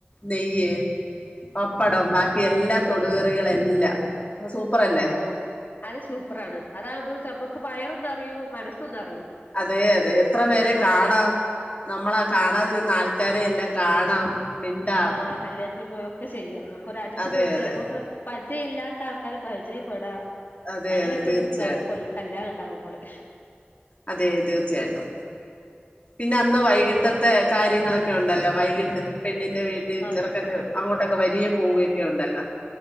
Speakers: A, on the left (about 30°); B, on the left (about 50°).
A: നെയ്യ് പപ്പടം ബാക്കി എല്ലാ തൊടുകറികളെല്ലാം സൂപ്പറല്ലേ
B: ആ ഓ അത് സൂ പ്പറാണ് അതാകുമ്പോ നമ്മുക്ക് വയറ് നിറയും മനസ്സും നിറ
A: അതെ അതെ എത്ര പേരെ കാണാം
B: അതാണ്
A: നമ്മളാ കാണാതിരുന്നാ ആ ൾക്കാരെ എല്ലാം കാണാം മിണ്ടാം
B: ആ കല്യാത്തിൽ പോയ ഒക്കെ ചെയ്യാം ഒര് അടിച്ചു
A: അതെ
B: പോളിച്ച്
A: അതെ
B: നമ്മൊക്ക് പരിചയം ഇല്ലാത്ത ആൾക്കാര് പരിചയപ്പെടാം
A: അതെ
B: അങ്ങനെയൊക്കെ
A: അതെ തീർച്ചയായിട്ടും
B: ഒരു വെല് കൊല്ല് കല്യാണം ഉണ്ടാവും ആണ്
A: അതെ തീർച്ചയായിട്ടും പിന്നെ അന്ന് വൈകിട്ടത്തെ കാര്യങ്ങളൊക്കെ ഉണ്ടല്ലോ വൈകിട്ട് പെണ്ണി ന്റെ വീട്ടിൽ
B: ആഹ്
A: ചെറുക്കൻന്റെ അങ്ങോട്ടൊക്കെ വരിയെം പോവയൊക്കെ ഉണ്ടല്ലോ